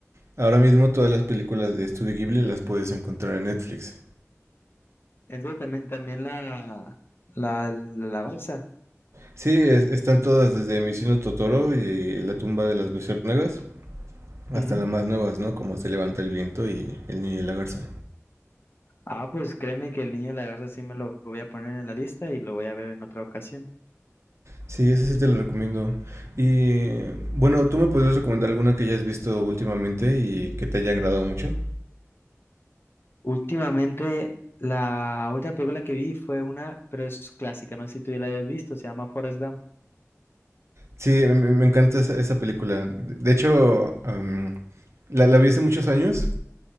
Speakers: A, on the right; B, on the left.
A: ahora mismo todas las películas de Studio Ghibli las puedes encontrar en Netflix.
B: Entonces también, también la, la, la, garza.
A: Sí, es- están todas desde Mi vecino Totoro y La tumba de las luciérnagas hasta
B: Ujú.
A: las más nuevas, ¿no? Como Se levanta el viento y El niño y la garza.
B: Ah, pues créeme que el niño de la garza sí me lo voy a poner en la lista y lo voy a ver en otra ocasión.
A: Sí, esa sí te la recomiendo. Y bueno, ¿tú me podrías recomendar alguna que hayas visto últimamente y que te haya agradado mucho?
B: Últimamente, la última película que vi fue una, pero es clásica, no sé si tú ya la hayas visto, se llama Forrest Gump.
A: Sí, me, me- me encanta esa, esa película. De de hecho, am, la, la vi hace muchos años,